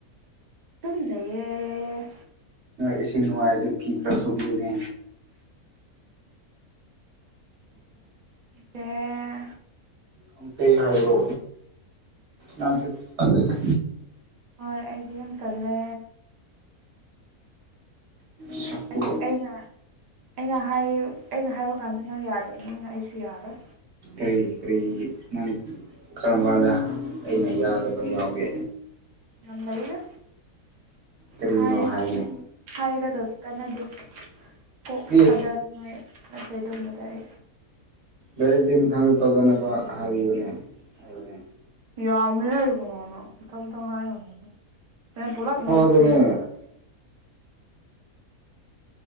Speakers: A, on the right; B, on the right.
A: ꯇꯝ ꯂꯩꯌꯦ
B: ꯑꯦꯁꯤꯡ ꯅꯨꯡꯉꯥꯏꯗ ꯐꯤ ꯈꯔ ꯁꯨꯕꯤꯎꯅꯦ
A: ꯏꯇꯦ
B: ꯈꯪꯇꯦ ꯍꯥꯏꯕ꯭ꯔꯣ ꯅꯪꯁꯤ ꯇꯜꯂꯦꯗ
A: ꯍꯣꯏ ꯑꯩꯗꯤ ꯌꯥꯝ ꯇꯜꯂꯦ
B: ꯁꯛꯇꯨꯒ
A: ꯑꯩꯗꯤ ꯑꯩꯅ ꯑꯩꯅ ꯍꯥꯏ ꯑꯩꯅ ꯍꯥꯏꯕ ꯀꯥꯟꯗ ꯅꯪ ꯌꯥꯗꯕꯅꯤꯅꯤꯅ ꯑꯩꯁꯨ ꯌꯥꯔꯣꯏ
B: ꯀꯔꯤ ꯀꯔꯤ ꯅꯪ ꯀꯔꯝ ꯀꯥꯟꯗꯥ ꯑꯩꯅ ꯌꯥꯗꯕ ꯌꯥꯎꯒꯦ
A: ꯂꯩ ꯂꯩꯔ
B: ꯀꯔꯤꯒꯤꯅꯣ
A: ꯍꯥꯏꯗꯨꯅ
B: ꯍꯥꯏꯌꯨꯅꯦ
A: ꯍꯥꯏꯔꯒ ꯀꯅꯗꯦ ꯀꯣꯛ
B: ꯑꯦ
A: ꯈꯗꯅꯨꯡꯉꯥꯏ ꯅꯇꯩ ꯑꯗꯨꯝꯕ ꯇꯥꯏ
B: ꯂ ꯊꯤ ꯃꯊꯥꯡꯗ ꯇꯧꯗꯅꯕ ꯍꯥꯏꯕꯤꯌꯨꯅꯦ ꯍꯥꯏꯌꯣꯅꯦ
A: ꯌꯥꯝꯃꯦ ꯍꯥꯏ ꯀꯅꯣꯅ ꯃꯊꯪ ꯃꯊꯪ ꯍꯥꯏꯔꯝꯃꯗꯣ ꯅ ꯄꯨꯂꯛ ꯅꯕꯣꯛꯛ
B: ꯍꯣꯏ ꯑꯗꯨꯅꯦ
A: ꯇ ꯊꯔꯛꯦ